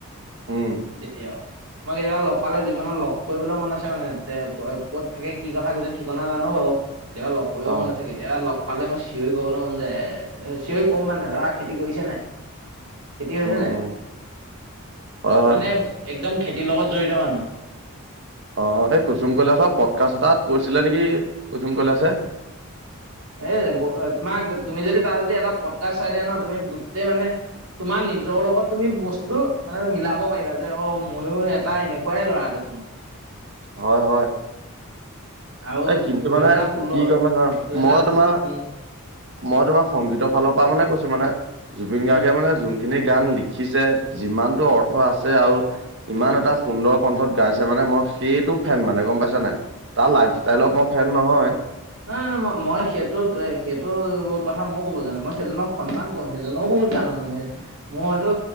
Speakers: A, on the right; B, on the right.
A: উম
B: এতিয়াও মই কেতিয়াবা লগ পালে জীৱনত লগ কৰিবলৈ মন আছে মানে ক'ত থাকে কি কথা গোটেই ঠিকনা জানো বাৰু কেতিয়াবা লগ কৰিব
A: অ
B: মানে এ লগ পালে মই চিঞৰি কবলৈ মন যায় এ চিঞৰি ক'ম মানে দৰা খেতি কৰিছে নাই খেতি হৈছে
A: উম
B: নে
A: উম হয় হয়
B: মানে একদম খেতি লগত জড়িত মানুহ
A: অ এই কুচুম কৈলাসৰ পটকাছ এটাত পৰিছিলে নেকি কুচুম কৈলাস
B: এ তোমাক তুমি যদি তাৰ যদি এটা পটকা চাই দিয়া ন তুমি গোটেই মানে তোমাৰ নিজৰ লগত তুমি বস্তুতটো মানে মিলাব পাৰিবা যে অ ময়ো এটা এনেকুৱাই ল'ৰা দেখোন
A: হয় হয়
B: আৰু
A: এ কিন্তু
B: দুহেজাৰ
A: মানে
B: ষোল্ল
A: কি কমে চ
B: দুহেজাৰ
A: মই তোমাৰ
B: উম
A: মই তোমাৰ সংগীতৰ ফালৰ পৰা মানে কৈছো মানে জুবিন
B: উম
A: গাৰ্গে মানে যোনখিনি গান লিখিছে যিমানতটো অৰ্থ আছে আৰু ইমান এটা সুন্দৰ কণ্ঠত গাইছে মানে মই সেইটো ফেন মানে গম পাইছা নাই তাল তাই লগত মই ফেন নহয়
B: নাই নাই নাই মই মই সেইটোত সেইটো কথা ময় ক'ব জানো মই সেইজনক সন্মান কৰো সেইজনক বহুত গানে মোৰ হয়তো